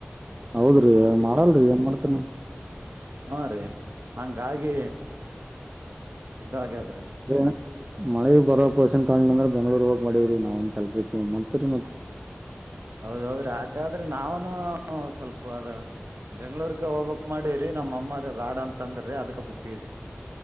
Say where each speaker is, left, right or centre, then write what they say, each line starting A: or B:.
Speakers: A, on the right; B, on the right.
A: ಹೌದ್ರಿ ಮಾಡಲ್ರೀ ಏನ್ ಮಾಡ್ತನ
B: ಹ್ಮ ರೀ ಹಂಗಾಗಿ ಇದು ಆಗ್ಯಾದ
A: ಅದಣ ಮಳೆ ಬರೋ ಪೋರ್ಷನ್ ಕಾಣ್ಲಿಲ್ಲ ಅಂದ್ರ ಬೆಂಗ್ಳೂರ್ ಹೋಗ್ ಮಾಡೇವ್ರೀ ನಾವನ್ ಕೆಲ್ಸಕ್ ಮತ್ ರೀ ಮತ್ತ
B: ಹೌದೌದ್ರೀ ಆಟ ಆದ್ರೆ ನಾವನು ಸ್ವಲ್ಪ ಅದ ಬೆಂಗ್ಗಳೂರ್ಗೆ ಹೋಗ್ಬೇಕು ಮಾಡೇವ್ರೀ ನಮ್ಮ ಅಮ್ಮ ಬ್ಯಾಡ ಅಂತ್ ತಂದ್ರಿ ಅದಕ ಬುಟ್ಟವ್ರಿ